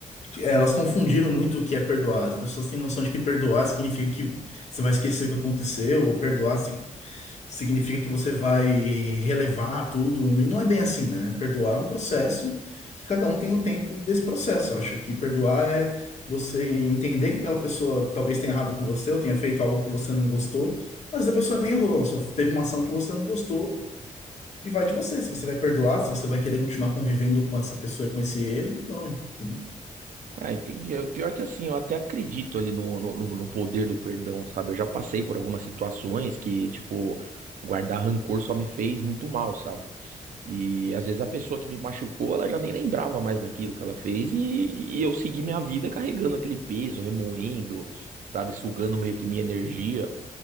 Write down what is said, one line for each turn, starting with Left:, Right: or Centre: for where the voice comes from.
Left: elas confundiram muito o que é perdoar. As pessoas têm noção de que perdoar significa que você vai esquecer o que aconteceu, ou perdoar si- significa que você vai relevar tudo. E não é bem assim, né? Perdoar é um processo que cada um tem um tempo desse processo. Eu acho que perdoar é você entender que aquela pessoa talvez tenha errado com você, ou tenha feito algo que você não gostou. Às vezes a pessoa nem errou, ela só teve uma ação que você não gostou. E vai de você, se você vai perdoar, se você vai querer continuar convivendo com essa pessoa e com esse erro, não, entendeu?
Right: Ah, entendi. É, Pior que assim, eu até acredito ali no, no, no- no poder do perdão, sabe? Eu já passei por algumas situações que, tipo, guardar rancor só me fez muito mal, sabe? E às vezes a pessoa que me machucou, ela já nem lembrava mais daquilo que ela fez e, e eu segui minha vida carregando aquele peso, remoendo, sabe? Sugando meio que minha energia.